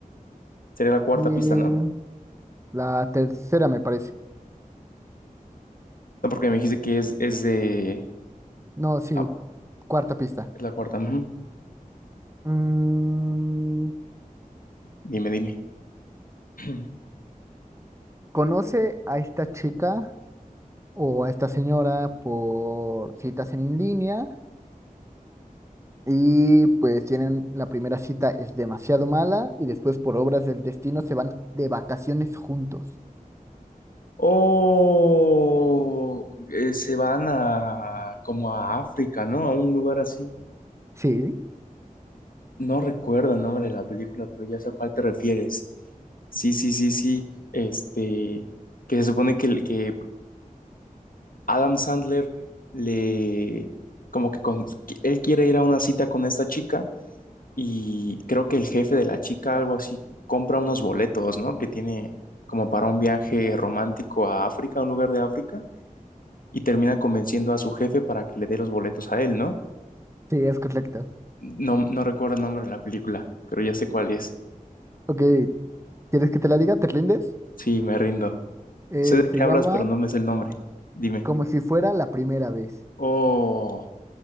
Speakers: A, on the left; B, on the right.
A: Sería la cuarta
B: Eh,
A: pista, ¿no?
B: la tercera me parece.
A: No, porque me dijiste que es, es de.
B: No, sí.
A: ah,
B: Cuarta pista.
A: es la cuarta. ujú.
B: Mm,
A: Dime, dime. <clears throat>
B: ¿conoce a esta chica o a esta señora por citas en línea? Y pues tienen la primera cita es demasiado mala y después por obras del destino se van de vacaciones juntos.
A: Oh, eh, se van a como a África, ¿no? A un lugar así.
B: Sí.
A: No recuerdo el nombre de la película, pero ya sé a cuál te refieres. Sí, sí, sí, sí. Este, que se supone que, que Adam Sandler le, como que con- él quiere ir a una cita con esta chica y creo que el jefe de la chica, algo así, compra unos boletos, ¿no? Que tiene como para un viaje romántico a África, a un lugar de África, y termina convenciendo a su jefe para que le dé los boletos a él, ¿no?
B: Sí, es correcto.
A: No, no recuerdo el nombre de la película, pero ya sé cuál es.
B: Ok, ¿quieres que te la diga? ¿Te rindes?
A: Sí, me rindo.
B: Eh,
A: Sé de qué
B: se llama
A: hablas, pero no me sé el nombre. Dime.
B: Como si fuera la primera vez.
A: Oh,